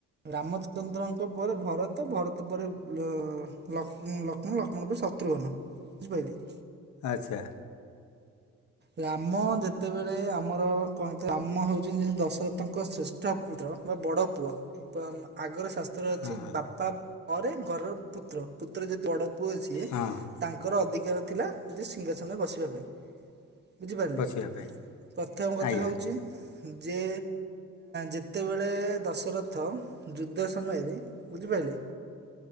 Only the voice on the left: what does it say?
ଆଚ୍ଛା।
ହଁ
ହଁ
ବସିବା ପାଇଁ
ଆଜ୍ଞା